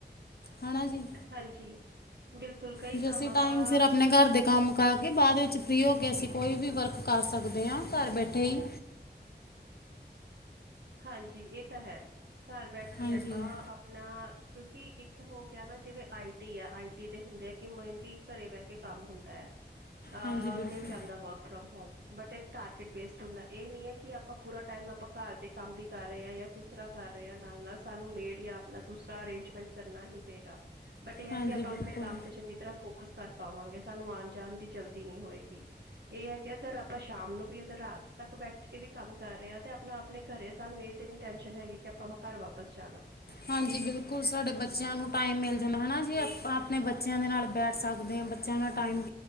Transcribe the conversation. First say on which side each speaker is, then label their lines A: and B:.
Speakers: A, on the left; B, on the right.
A: ਹਨਾ ਜੀ।
B: ਹਾਂਜੀ ਬਿਲਕੁਲ ਕਈ
A: ਜੇ
B: ਕੰਮ
A: ਅਸੀਂ
B: ਆਪਾਂ
A: ਟਾਈਮ ਸਿਰ ਆਪਣੇ ਘਰ ਦੇ ਕੰਮ ਕਰਕੇ ਬਾਦ ਵਿੱਚ ਫਰੀ ਹੋ ਕੇ ਅਸੀਂ ਕੋਈ ਵੀ ਵਰਕ ਕਰ ਸਕਦੇ ਆਂ ਘਰ ਬੈਠੇ ਈ।
B: ਹਾਂਜੀ ਏ ਤਾਂ ਹੈ, ਘਰ ਬੈਠ ਕੇ
A: ਹਾਂਜੀ
B: ਆਪਾਂ ਆਪਨਾ ਕਿਓਂਕਿ ਇੱ ਕ ਹੋ ਗੇਆ ਨਾ ਜਿਵੇਂ ਆਈ ਟੀ ਆ ਆਈ ਟੀ ਦੇ ਹੁੰਦੇ ਆ ਕੇ ਮੇਨਲੀ ਘਰੇ ਬੈ ਕੇ ਕੰਮ ਹੁੰਦਾ ਆ, ਅ
A: ਹਾਂਜੀ ਬਿਲਕੁਲ
B: ਮਿਲ ਜਾਂਦਾ ਵਰਕ ਫਰੋਮ ਹੋਮ ਬਟ ਏਕ ਟਾਰਗੇਟ ਬੇਸਡ ਹੁੰਦਾ ਏ ਨੀ ਐ ਕੇ ਆਪਾਂ ਪੂਰਾ ਟਾਈਮ ਆਪਾਂ ਘਰ ਦੇ ਕੰਮ ਵੀ ਕਰ ਰਏ ਆ ਜਾਂ ਕਿਸ ਤਰਾਂ ਕਰ ਰਏ ਆਂ ਨਾਲ-ਨਾਲ ਸਾਨੂੰ ਮੇਡ ਜਾਂ ਆਪਨਾ ਦੂਸਰਾ ਅਰੇਂਜਮੈਂਟ ਕਰਨਾ ਈ ਪਏਗਾ। ਬਟ ਏ ਐ
A: ਹਾਂਜੀ
B: ਕੇ ਆਪਾਂ
A: ਬਿਲਕੁਲ
B: ਆਪਨੇ ਕੰਮ ਤੇ ਚੰਗੀ ਤਰਾਂ ਫੋਕਸ ਕਰ ਪਾਵਾਂਗੇ ਸਾਨੂੰ ਆਨ ਜਾਨ ਦੀ ਜਲਦੀ ਨੀ ਹੋਏਗੀ। ਏ ਐ ਕੇ ਅਗਰ ਆਪਾਂ ਸ਼ਾਮ ਨੂੰ ਵੀ ਅਗਰ ਰਾਤ ਤੱਕ ਬੈਠ ਕੇ ਵੀ ਕੰਮ ਕਰ ਰਏ ਆਂ ਤੇ ਆਪਨਾ ਆਪਨੇ ਘਰੇਂ ਸਾਨੂੰ ਏ ਤੇ ਨੀ ਟੈਸ਼ਨ ਹੈਗੀ ਕੇ ਆਪਾਂ ਘਰ ਵਾਪਸ ਜਾਨਾ।
A: ਹਾਂਜੀ ਬਿਲਕੁਲ ਸਾਡੇ ਬੱਚੇਆਂ ਨੂੰ ਟਾਈਮ ਮਿਲ ਜਾਂਦਾ ਹਨਾ ਜੀ ਆਪਾਂ ਆਪਨੇ ਬੱਚੇਆਂ ਦੇ ਨਾਲ ਬੈਠ ਸਕਦੇ ਆਂ ਬੱਚੇਆਂ ਨਾਲ ਟਾਈਮ